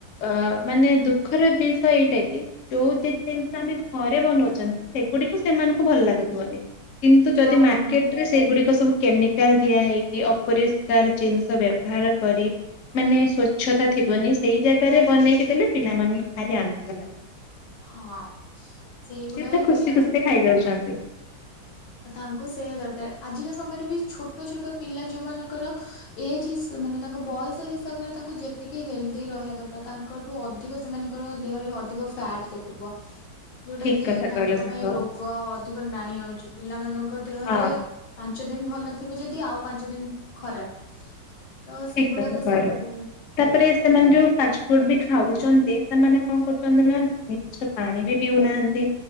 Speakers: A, on the left; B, on the left.
A: ଅ ମାନେ ଦୁଃଖର ବିଷୟ ଏଇଟା କି ଯୋଉ ଜିନିଷ ଆମେ ଘରେ ବନଉଛନ୍ତି ସେଗୁଡିକୁ ସେମାନଙ୍କୁ ଭଲ ଲାଗୁଥିବନି। କିନ୍ତୁ ଯଦି
B: ହଁ
A: ମାର୍କେଟ ରେ ସେ ଗୁଡିକ ସବୁ କେମିକାଲ ଦିଆ ହେଇକି ଅପରିଷ୍କାର ଜିନିଷ ବ୍ୟବହାର କରି ମାନେ ସ୍ଵଚ୍ଛତା ଥିବନି ସେଇ ଯାଗ ରେ ବନେଇକି ଦେଲେ ପିଲାମାନଙ୍କୁ ଭାରି ଆନନ୍ଦ ଲାଗୁଛି।
B: ହଁ। ସେଇଗୁଡା
A: ସେ ତ
B: ହିଁ
A: ଖୁସି
B: ପିଲା
A: ଖୁସିରେ ଖାଇଯାଉଛନ୍ତି।
B: ତାଙ୍କୁ ସେଇଆ ଦରକାର ଆଜିକା ସମୟରେ ବି ଛୋଟ ଛୋଟ ପିଲା ଯୋଉମାନଙ୍କର ଏଜ୍ ହିସ୍ ମାନେ ତାଙ୍କ ବୟସ ହିସାବରେ ତାଙ୍କୁ ଯେତିକି ହେଲଦି ରହିବା କଥା ତାଙ୍କଠୁ ଅଧିକ ସେମାନଙ୍କର ଦେହରେ ଅଧିକ ଫ୍ୟାଟ ଦେଖୁଥିବ। ଯୋଉଟା
A: ଠିକ
B: କି
A: କଥା
B: ତାଙ୍କ
A: କହିଲ ସାଙ୍ଗ
B: ପାଇଁ ରୋଗ ନାଣି ଆଣୁଛ ପିଲାମାନଙ୍କ ଦେହରେ
A: ହଁ
B: ପା ଞ୍ଚ ଦିନ ଭଲ ଥିବ ଯଦି ଆଉ ପାଞ୍ଚ ଦିନ ଖରାପ। ତ
A: ଠିକ
B: ସେଗୁଡାକ
A: କଥା କହିଲ
B: ସବୁ
A: ତାପରେ ସେମାନେ ଯୋଉ ଫାଷ୍ଟ ଫୁଡ ବି ଖାଉଛନ୍ତି ସେମାନେ କଣ କରୁଛନ୍ତି ନା ଠିକ୍ ସେ ପାଣି ବି ପିଉନାହାନ୍ତି।